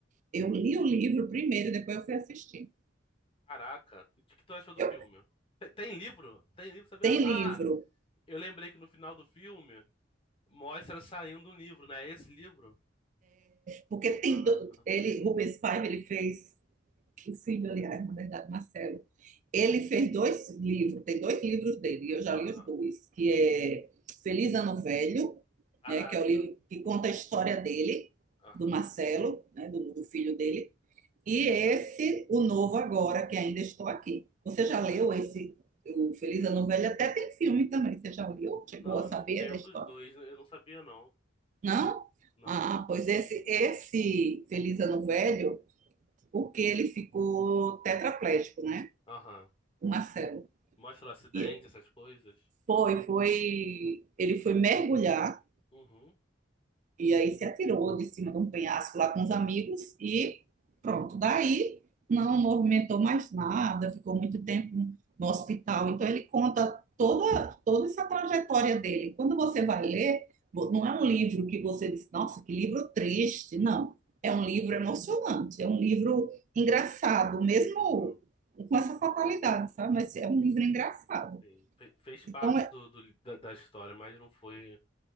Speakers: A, on the right; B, on the left.
A: Eu li o livro primeiro, depois eu fui assistir.
B: Caraca, e o que que tu achou do
A: Eu
B: filme? Tem, tem livro? Tem livro, sabendo?
A: tem livro,
B: Ah, Eu lembrei que no final do filme mostra saindo um livro, né? Esse livro?
A: porque tem
B: Ah,
A: do- ele, Rubens Paiva, ele fez o filho, aliás, na verdade, Marcelo Ele fez dois livros, tem dois livros dele, e eu já
B: Aham.
A: li os dois, que é Feliz Ano Velho,
B: Caraca.
A: né, que é o livro que conta a história dele,
B: Aham.
A: do Marcelo, né, do, do filho dele, e esse, o novo agora, que ainda estou aqui. Você
B: Aham.
A: já leu esse, o Feliz Ano Velho? Até tem filme também, você já leu? Chegou
B: Não,
A: a
B: ne-
A: saber
B: nenhum
A: da história?
B: dos dois. né? Eu não sabia, não.
A: Não?
B: Não.
A: Ah, pois esse, esse Feliz Ano Velho, porque ele ficou tetraplégico, né?
B: Aham.
A: O Marcelo.
B: Mostra o acidente,
A: E
B: essas coisas.
A: Foi, foi. Ele foi mergulhar
B: Uhum.
A: e aí se atirou de cima de um penhasco lá com os amigos e pronto. Daí não movimentou mais nada, ficou muito tempo no hospital. Então ele conta toda, toda essa trajetória dele. Quando você vai ler, vo- não é um livro que você diz, nossa, que livro triste. Não. É um
B: Sim.
A: livro emocionante, é um livro engraçado, mesmo
B: Aham.
A: com essa fatalidade, sabe? Mas é um livro engraçado.
B: Sim. Fe- fez parte
A: Então
B: do, do- da, da história, mas não foi